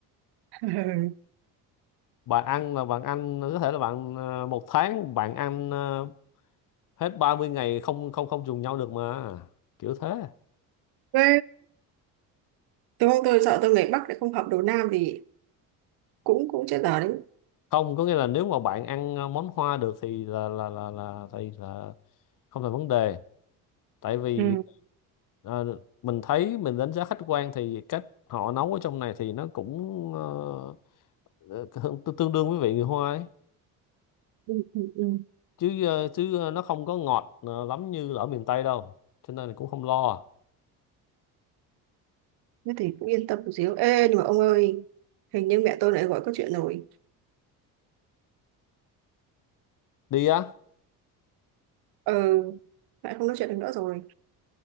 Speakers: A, on the right; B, on the left.
A: <laughs>
B: bạn ăn là bạn ăn có thể là bạn ờ, một tháng bạn ăn ờ, hết ba mươi ngày không không không trùng nhau được mà kiểu thế
A: Thế đúng không tôi sợ tôi người Bắc lại không hợp đồ Nam thì cũng cũng chết dở đấy
B: không có nghĩa là nếu mà bạn ăn ờ, món hoa được thì là là là là thì là không thành vấn đề tại vì
A: ừ.
B: ờ, mình thấy mình đánh giá khách quan thì cách họ nấu ở trong này thì nó cũng ờ, tương tương đương với vị người Hoa ấy
A: ừ, ừ, ừ.
B: chứ ờ, chứ ờ, nó không có ngọt ờ, lắm như là ở miền Tây đâu cho nên là cũng không lo
A: thế thì cũng yên tâm một xíu ê nhưng mà ông ơi hình như mẹ tôi lại gọi có chuyện rồi
B: đi á
A: ờ lại không nói chuyện được nữa rồi